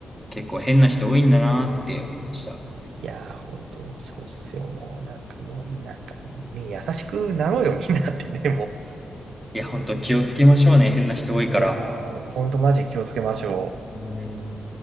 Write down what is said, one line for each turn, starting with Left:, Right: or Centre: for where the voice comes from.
Centre: 結構変な人多いんだなって思いました。
Right: いやー、ほんと、そうっすよ、もう。なんかもう、なんかね、優しくなろうよ、みんなってね、
Centre: うん
Right: も
Centre: いや、本当気をつけましょうね。変な人多いから。
Right: う。いやー、ほんとマジ気をつけましょう。
Centre: うん